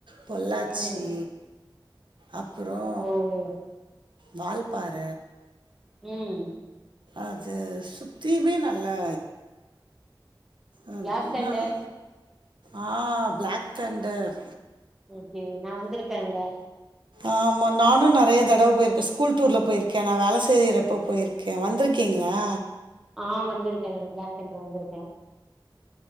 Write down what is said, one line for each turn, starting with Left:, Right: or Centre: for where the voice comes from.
Right: பொள்ளாச்சி
Centre: ம்
Right: அப்பறோ
Centre: ஓஹோ
Right: வால்பாற
Centre: ம்
Right: அது சுத்தியுமே நல்லா அம்
Centre: பிளாக் தண்டர்
Right: நல்ல ஆ பிளாக் தண்டர்
Centre: ஓகே நா வந்திருக்க அங்க
Right: ஆமா நானு நறைய தடவ போயிருக்க ஸ்கூல் டூர்ல போயிருக்க நா வேல செய்றப்ப போயிருக்க க்க வந்துருக்கீங்களா
Centre: ஆ வந்துருக்கேங் பிளாக் தண்டர் வந்துருக்க